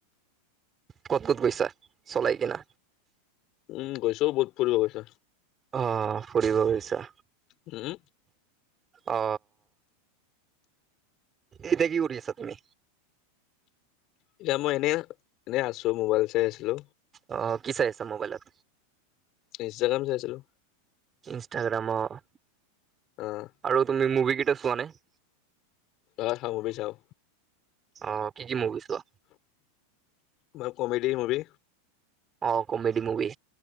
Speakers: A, on the right (about 25°); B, on the left (about 40°).
A: ক'ত ক'ত গৈছা চলাই কিনা?
B: উম গৈছোও বহুত ফুৰিব গৈছোঁ।
A: অ ফুৰিব গৈছা।
B: উম।
A: অ এতিয়া কি কৰি আছা তুমি?
B: এতিয়া মই এনেই এনে আছো মোবাইল চাই আছিলো।
A: অ কি চাই আছা‌ মোবাইলত?
B: ইনষ্টাগ্ৰাম চাই আছিলোঁ।
A: ইনষ্টাগ্ৰামা অ‌।
B: অঁ।
A: আৰু তুমি মুভি কেতিয়াও চোৱা নাই?
B: অঁ মই মুভি চাওঁ।
A: অ কি কি মুভি ছোৱা?
B: মই কমেডি মুভি।
A: অ কমেডি মুভি।